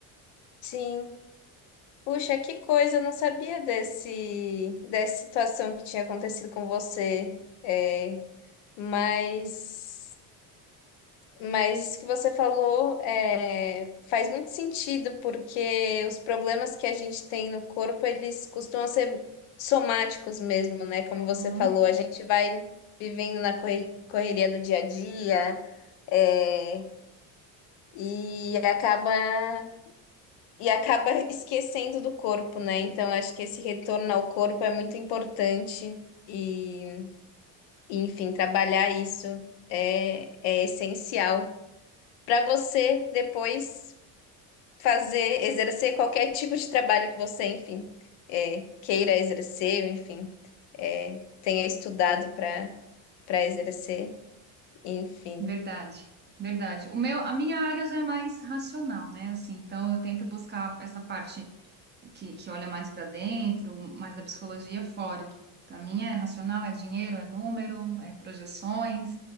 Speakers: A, on the left; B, on the right.
A: sim. Puxa, que coisa, eu não sabia desse, dessa situação que tinha acontecido com você. É, mas, mas isso que você falou é, faz muito sentido, porque os problemas que a gente tem no corpo, eles costumam ser somáticos mesmo, né? Como
B: Uhum.
A: você falou, a gente vai vivendo na corre- correria do dia a dia, é, e acaba. E acaba esquecendo do corpo, né? Então, acho que esse retorno ao corpo é muito importante. E, e, enfim, trabalhar isso é, é essencial para você depois fazer, exercer qualquer tipo de trabalho que você, enfim, é, queira exercer, enfim, é, tenha estudado para para exercer, enfim.
B: Verdade, verdade. O meu, a minha área já é mais racional, né? Assim, então eu tento buscar essa parte que, que olha mais para dentro, mais da psicologia fora. Então, a minha é racional, é dinheiro, é número, é projeções,